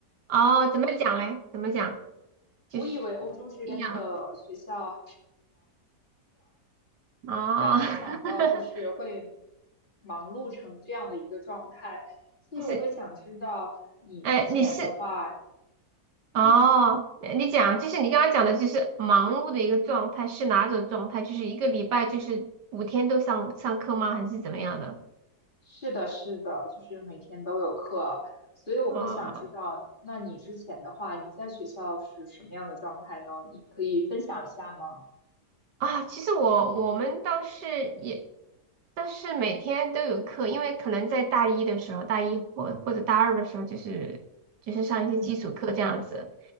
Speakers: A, on the right; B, on the left.
A: 哦，怎么讲嘞？怎么讲？就是
B: 我以为欧洲这边的学校
A: 一样，哦，
B: 但没想到就是会
A: <laughs>
B: 忙碌成这样的一个状态，所以我会想知道你之前的话。
A: 就是，哎，你是哦，
B: 嗯。
A: 你讲，就是你刚刚讲的，就是忙碌的一个状态是哪种状态？就是一个礼拜就是五天都上上课吗？还是怎么样的？
B: 是的，是的，就是每天都有课，所以我会想知道，
A: 哇
B: 那你之前的话，你在学校是什么样的状态呢？你可以分享一下吗？
A: 啊，其实我我们倒是也，但是每天都有课，因为可能在大一的时候，大一或或者大二的时候，就是就是上一些基础课这样子，
B: 嗯